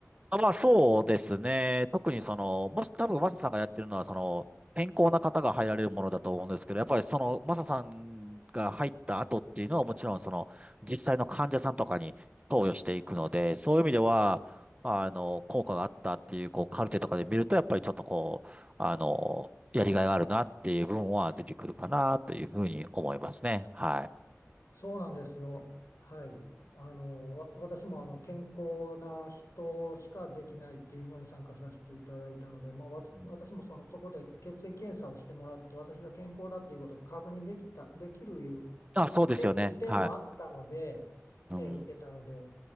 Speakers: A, on the right; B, on the left.
A: あ、まあそうですね。特にその、もし多分マサさんがやってるのは、その、健康な方が入られるものだと思うんですけど、やっぱりその、マサさんが入った後っていうのはもちろんその、実際の患者さんとかに投与していくので、そういう意味では、あの、効果があったっていう、こう、カルテとかで見ると、やっぱりちょっとこう、あの、やりがいがあるなっていう部分は出てくるかなというふうに思いますね。はい。
B: そうなんですよ。はい。あの、わ私もあの健康な人しかできないっていうのに参加させていただいたので、まあ、わ私もその、
A: うん
B: そこで血液検査をしてもらって、私が健康だっていうことを確認できた、できるいう
A: あ、そうですよね。
B: 利点、利点もあったので、
A: はい。うん。
B: えー受けたので、